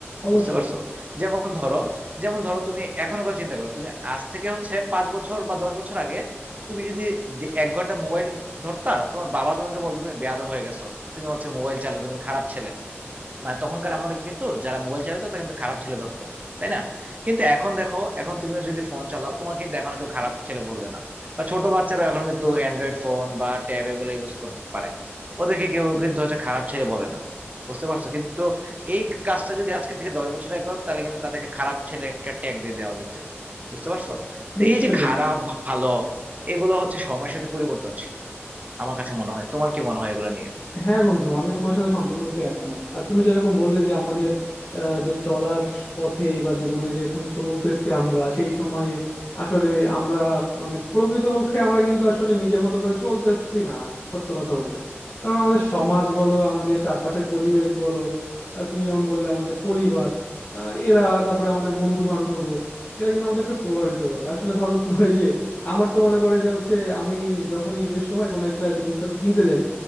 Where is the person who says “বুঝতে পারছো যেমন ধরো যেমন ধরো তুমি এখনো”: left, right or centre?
Right